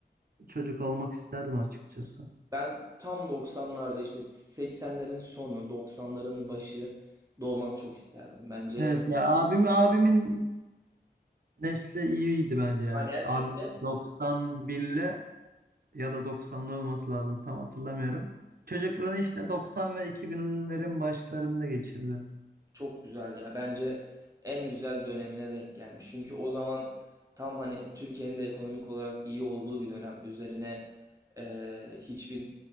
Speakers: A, on the right (about 60°); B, on the right (about 20°).
A: çocuk olmak isterdim açıkçası.
B: Ben tam 90'larda işte 80'lerin sonu, 90'ların başı doğmak çok isterdim. Bence
A: Evet ya abim abimin nesli iyiydi bence yani.
B: hani yani
A: Abim
B: şöyle
A: 91'li ya da doksanlı olması lazım tam hatırlamıyorum. Çocukluğunu işte 90 ve iki binlerin başlarında geçirdi.
B: Çok güzel ya. Bence en güzel dönemine denk gelmiş. Çünkü o zaman tam hani Türkiye'nin de ekonomik olarak iyi olduğu bir dönem. Üzerine eee, hiçbir